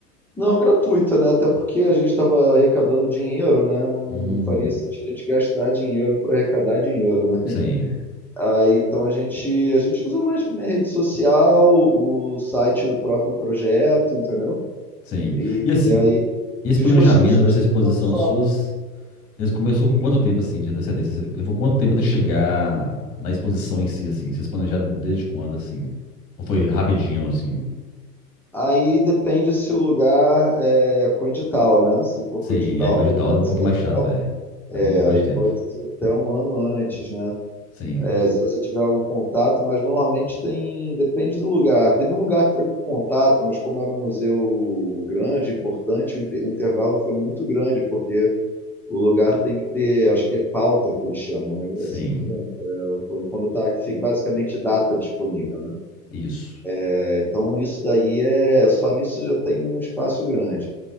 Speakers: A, in the centre; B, on the left.
A: Não, gratuita, né? Até porque a gente estava arrecadando dinheiro, né? Não,
B: Hum,
A: não faria sentido a gente gastar dinheiro para arrecadar dinheiro, né? <laughs>
B: sim,
A: Aí, então a gente a gente usa mais minha rede social, o site do próprio projeto, entendeu?
B: sim.
A: E,
B: E assim,
A: e aí
B: esse
A: a gente
B: planejamento
A: conseguiu subsistir
B: dessa exposição
A: todo sobra.
B: suas, eles começou com quanto tempo assim de antecedência? Cê- Levou quanto tempo até chegar na exposição em si assim? Vocês planejaram desde quando assim? Ou foi rapidinho assim?
A: Aí depende se o lugar é com edital, né? Se for
B: Sim,
A: com edital,
B: é com edital
A: aí pode
B: é um pouquinho
A: ser até
B: mais chato,
A: um,
B: é. Leva
A: é,
B: um pouco
A: aí
B: mais de
A: pode
B: tempo.
A: ser até um ano antes, né?
B: Sim,
A: É, se você tiver algum contato, mas normalmente tem, depende do lugar. Teve um lugar que foi com contato, mas como era um museu grande, importante, o, inte- o intervalo foi muito grande, porque o lugar tem que ter, acho que é pauta que eles chamam, né?
B: sim,
A: É, Se não me engano, é quando quando tá, enfim, basicamente data disponível, né?
B: isso.
A: É, Então isso daí é, só nisso já tem um espaço grande.